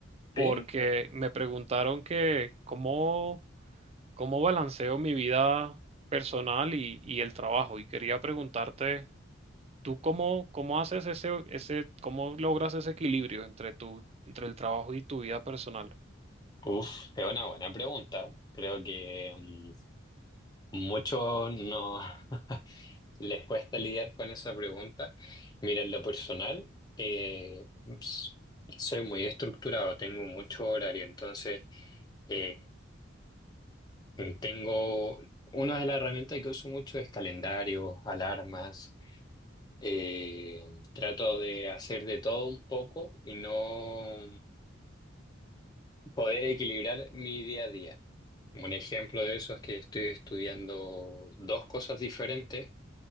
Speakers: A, on the right (about 30°); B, on the left (about 20°).
A: porque
B: Sí,
A: me preguntaron que cómo, cómo balanceo mi vida personal y, y el trabajo y quería preguntarte ¿Tú cómo, cómo haces ese, ese, cómo logras ese equilibrio entre tu, entre el trabajo y tu vida personal?
B: uf, es una buena pregunta. Creo que mm, muchos no <laughs> les cuesta lidiar con esa pregunta. Mira, en lo personal, eh, s- soy muy estructurado, tengo mucho horario, entonces eh, tengo una de las herramientas que uso mucho es calendarios, alarmas. eh, trato de hacer de todo un poco y no. Poder equilibrar mi día a día. Un ejemplo de eso es que estoy estudiando dos cosas diferentes,